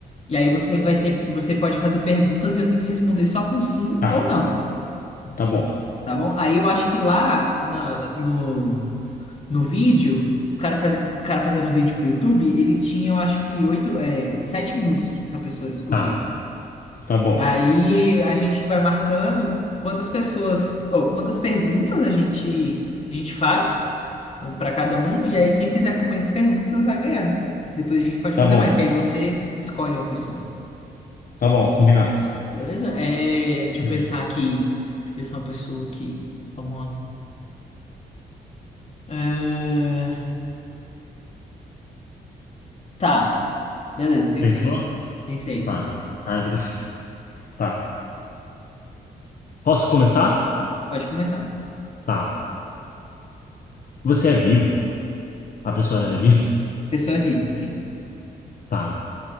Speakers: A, on the left (about 40°); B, on the left (about 55°).
A: e aí você vai ter, você pode fazer perguntas e eu tenho que responder só com sim
B: tá,
A: ou não,
B: tá bom.
A: tá bom? Aí eu acho que lá na- no, no vídeo, o cara, faz... o cara fazendo vídeo pro YouTube, ele tinha, eu acho que oito, é, sete minutos pra pessoa descobrir.
B: Tá, tá bom,
A: Aí a gente vai marcando quantas pessoas, ou quantas perguntas a gente, a gente faz, um pra cada um, e aí quem fizer com menos perguntas vai ganhando. Depois a gente pode
B: tá
A: fazer
B: bom,
A: mais, que aí você escolhe uma pessoa.
B: tá bom, combinado.
A: Beleza? É, deixa
B: Beleza.
A: eu pensar aqui. Deixa eu pensar uma pessoa aqui, famosa. Ah, tá, beleza, pensei.
B: Pensou?
A: Pensei,
B: Tá.
A: pensei.
B: Ai, meu Deus. Tá. Posso começar?
A: Pode começar.
B: Tá. Você é vivo? A pessoa é viva?
A: Pessoa é viva, sim.
B: Tá.